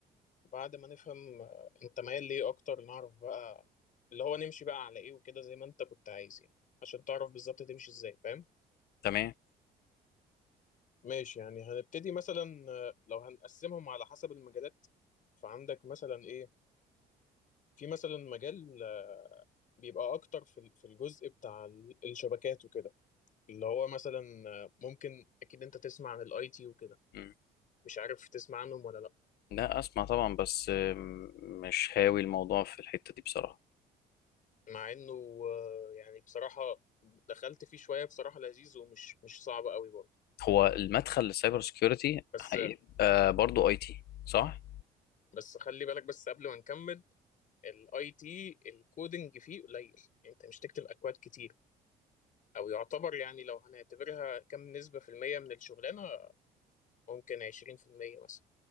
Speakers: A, on the left; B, on the left.
A: وبعد ما نفهم آه، انت ميال ليه اكتر نعرف بقى اللي هو نمشي بقى على ايه وكده زي ما انت كنت عايز يعني عشان تعرف بالظبط تمشي ازاي فاهم
B: تمام
A: ماشي يعني هنبتدي مثلا آه، لو هنقسمهم على حسب المجالات فعندك مثلا ايه في مثلا مجال آه، بيبقى اكتر في ال- في الجزء بتاع ال- الشبكات وكده اللي هو مثلا آه، ممكن اكيد انت تسمع عن الاي تي وكده
B: مم.
A: مش عارف تسمع عنهم ولا لا
B: لا اسمع طبعا بس آم، مش هاوي الموضوع في الحتة دي بصراحة
A: مع انه آه، يعني بصراحة دخلت فيه شوية بصراحة لذيذ ومش مش صعب قوي برضه
B: هو المدخل للسايبر سكيورتي
A: بس
B: هيبقى برضه اي تي صح؟
A: بس خلي بالك بس قبل ما نكمل الاي تي الكودنج فيه قليل يعني انت مش تكتب اكواد كتير او يعتبر يعني لو هنعتبرها كم نسبة في المية من الشغلانة ممكن 20% مثلا